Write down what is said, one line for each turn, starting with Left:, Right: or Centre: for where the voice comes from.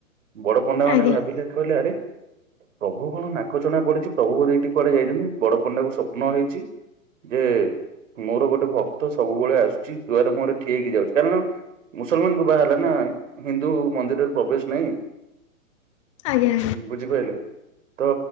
Right: ବଡ ପଣ୍ଡା ମାନେ
Left: ଆଜ୍ଞା ଆଜ୍ଞା ଆଜ୍ଞା
Right: ଭାବିଲେ କହିଲେ ଆରେ ପ୍ରଭୁ କଣ ନାକଚଣା ପଡିଛି। ପ୍ରଭୁ <unintelligible> କୁଆଡେ ଯାଇଛନ୍ତି ବଡ ପଣ୍ଡାକୁ ସ୍ବ ନ ହେଇଛି। ଯେ ମୋର ଗୋଟେ ଭକ୍ତ ସବୁବେଳେ ଆସୁଛି। ଦୁଆରେ ମୋର ଠିଆହେଇକି ଯାଉଛି। କାରଣ ମୁସଲମାନକୁ ବାହା ହେଲା ନା ହିନ୍ଦୁ ମନ୍ଦିରରେ ପ୍ରବେଶ ନାହିଁ।
Left: ଆଜ୍ଞା
Right: ବୁଝିପାଇଲେ ତ